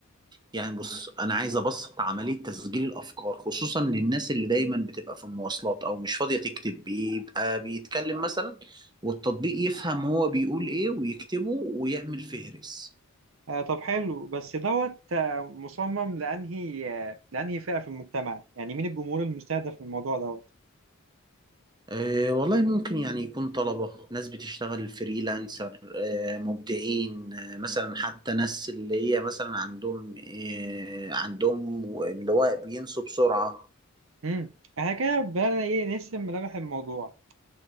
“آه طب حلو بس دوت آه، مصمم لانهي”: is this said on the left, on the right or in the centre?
Right